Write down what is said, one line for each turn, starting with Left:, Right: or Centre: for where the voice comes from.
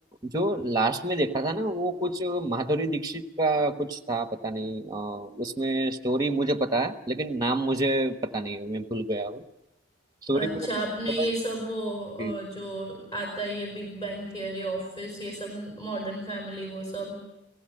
Right: जो लास्ट में देखा था ना वो कुछ माधुरी दीक्षित का कुछ था पता नहीं आ, उसमें स्टोरी मुझे पता है लेकिन नाम मुझे पता नहीं मैं भूल गया वो स्टोरी
Left: अच्छा
Right: मुझे
Left: आपने
Right: पता
Left: ये सब वो अ,
Right: है
Left: जो आता है ये बिग बैंग थियरी ऑफिस ये सब मॉडर्न फैमिली वो सब